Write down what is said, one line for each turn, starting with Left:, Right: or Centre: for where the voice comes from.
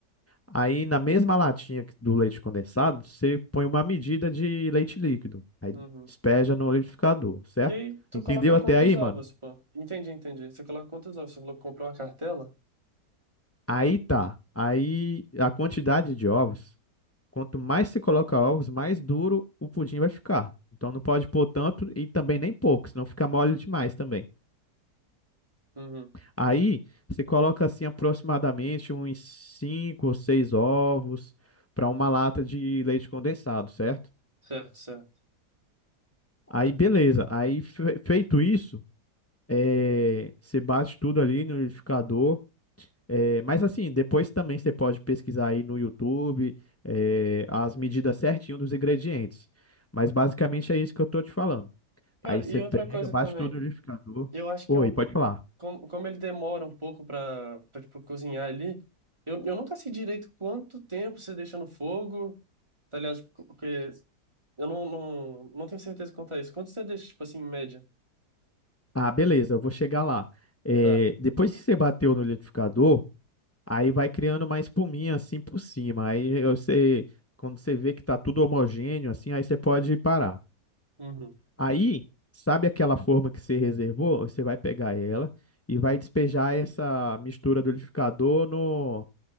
Left: Aí na mesma latinha que- do leite condensado, você põe uma medida de leite líquido. Aí
Right: Uhum.
Left: despeja no liquidificador, certo?
Right: E aí, tu
Left: Entendeu
Right: coloca quantos
Left: até aí,
Right: ovos,
Left: mano?
Right: pô? Entendi, entendi. Você coloca quantos ovos? Você falou que comprou uma cartela?
Left: Aí tá. Aí a quantidade de ovos, quanto mais se coloca ovos, mais duro o pudim vai ficar. Então não pode pôr tanto e também nem pouco, senão fica mole demais também.
Right: Uhum.
Left: Aí você coloca assim aproximadamente uns 5 ou 6 ovos para uma lata de leite condensado, certo?
Right: Certo, certo.
Left: Aí, beleza. Aí, fe- feito isso, é, você bate tudo ali no liquidificador. É, mas assim, depois também você pode pesquisar aí no YouTube, é, as medidas certinho dos ingredientes. Mas basicamente é isso que eu tô te falando.
Right: Cara,
Left: Aí você
Right: e outra
Left: pega,
Right: coisa
Left: bate
Right: também.
Left: tudo no liquidificador.
Right: Eu acho que
Left: Oi,
Right: eu,
Left: pode falar.
Right: como, como ele demora um pouco pra, pra tipo, cozinhar ali, eu, eu nunca sei direito quanto tempo você deixa no fogo, tá ligado? Tipo, Porque eu não, não, não tenho certeza quanto é isso. Quanto você deixa, tipo assim, em média?
Left: Ah, beleza, eu vou chegar lá. É,
Right: Tá.
Left: depois que você bateu no liquidificador, aí vai criando uma espuminha assim por cima. Aí eu- você, quando você vê que tá tudo homogêneo assim, aí você pode parar.
Right: Uhum.
Left: Aí, sabe aquela forma que você reservou? Você vai pegar ela e vai despejar essa mistura do liquidificador no,